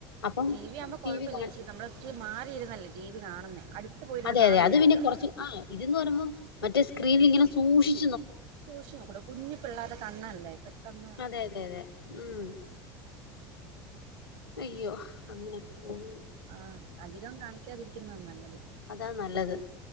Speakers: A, on the left (about 80°); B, on the right (about 60°).
A: അപ്പം
B: ടി ആവുമ്പോ കുഴപ്പമില്ല
A: ടി വി കാ
B: ചേച്ചി നമ്മള് ഇച്ചിരി മാറിയിരുന്നല്ലേ ടി വി കാണുന്നേ അടുത്ത് പോയിരുന്ന്
A: അതെ
B: കാണുന്നില്ലല്ലോ
A: അതെ അത് പിന്നെ കുറച്ച് ആ ഇതന്ന് പറയുമ്പോൾ മറ്റേ സ്ക്രീനിൽ ഇങ്ങനെ സൂക്ഷിക്ക
B: സൂക്ഷിച്ചു നോകൂടെ കുഞ്ഞി പിള്ളാതെ കണ്ണല്ലേ പെട്ടന്ന്
A: അതെ അതെ അതെ ഉം
B: ഉ
A: അയ്യോ അങ്ങനെയൊക്കെ പോന്നു
B: ആഹ അധികം കാണിക്കാതിരിക്കുന്നതാണ് നല്ലത്
A: അതാ നല്ലത്